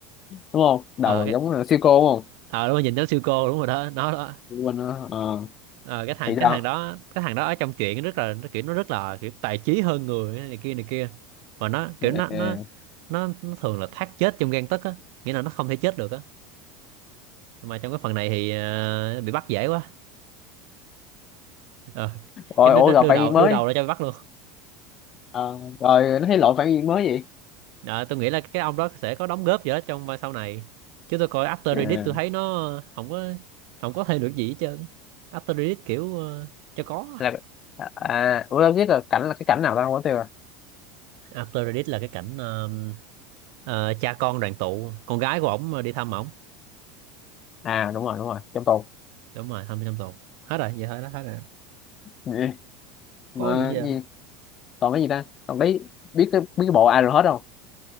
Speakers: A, on the left; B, on the right.
A: đúng không đầu
B: ờ cái
A: giống thằng siêu cô đúng không
B: ờ đúng rồi nhìn nó siêu cô đúng rồi đó nó đó
A: quên nữa Ờ,
B: ờ cái thằng
A: thì
B: cái
A: sao
B: thằng đó cái thằng đó ở trong chuyện rất là nó kiểu nó rất là kiểu tài trí hơn người này kia này kia mà nó kiểu nó
A: Ờ,
B: nó nó, nó thường là thác chết trong gang tấc á nghĩa là nó không thể chết được á mà trong cái phần này thì ờ, bị bắt dễ quá Ờ,
A: rồi
B: cái đứa
A: ủa
B: nó
A: gặp
B: đưa
A: phản
B: đầu
A: diện
B: đưa
A: mới
B: đầu ra cho bị bắt luôn
A: Ờ, rồi nó thấy lộ phản diện mới gì
B: Ờ, tôi nghĩ là cái ông đó sẽ có đóng góp gì đó trong vai sau này chứ tôi coi after
A: Ờ,
B: Reddit tôi thấy nó không có không có thêm được gì hết trơn after Reddit kiểu ờ, cho có
A: là à ủa đâu biết là cảnh là cái cảnh nào ta không có tiêu à
B: after Reddit là cái cảnh ờ, ờ, cha con đoàn tụ con gái của ổng ờ, đi thăm ổng
A: à đúng rồi đúng rồi trong tù
B: đúng rồi thăm trong tù hết rồi vậy thôi đó hết rồi
A: Ừ.
B: có
A: mà
B: gì hết trơn
A: gì còn cái gì ta còn biết biết cái, biết cái bộ ai rồi hết không